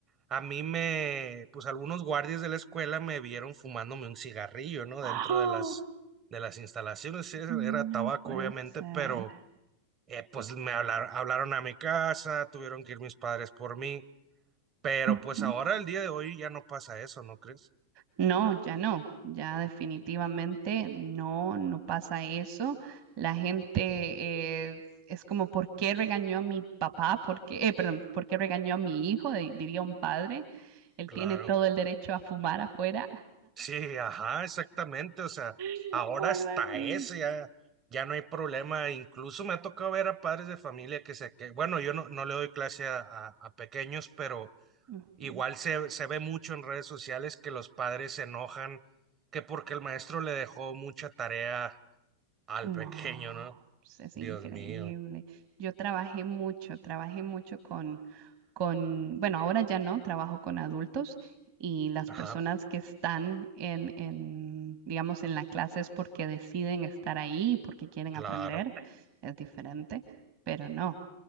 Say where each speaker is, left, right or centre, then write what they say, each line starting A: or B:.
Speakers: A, on the right; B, on the right.
A: a mí me, pues algunos guardias de la escuela me vieron fumándome un cigarrillo, ¿no?
B: ¡Ah!
A: Dentro de las, de las instalaciones, sí, era
B: No
A: tabaco,
B: puede
A: obviamente,
B: ser.
A: pero eh, pues me hablar- hablaron a mi casa, tuvieron que ir mis padres por mí, pero
B: Ujú.
A: pues ahora, el día de hoy, ya no pasa eso, ¿no crees?
B: No, ya no, ya definitivamente no, no pasa eso. La gente eh, es como, ¿por qué regañó a mi papá? ¿Por qué, eh, perdón, ¿por qué regañó a mi hijo? Di- Diría un padre. Él
A: Claro.
B: tiene todo el derecho a fumar afuera
A: Sí, ajá, exactamente, o sea,
B: <laughs>
A: ahora
B: o algo
A: hasta
B: así.
A: eso ya, ya no hay problema, incluso me ha tocado ver a padres de familia que se, que, bueno, yo no, no le doy clase a a- a pequeños, pero
B: Ujú.
A: Igual se, se ve mucho en redes sociales que los padres se enojan que porque el maestro le dejó mucha tarea al
B: No,
A: pequeño, ¿no?
B: pues, es
A: Dios
B: increíble.
A: mío.
B: Yo trabajé mucho, trabajé mucho con... con, bueno, ahora ya no, trabajo con adultos y las
A: Ajá,
B: personas que están en, en, digamos, en la clase es porque deciden estar ahí, porque quieren
A: claro.
B: aprender, es diferente, pero no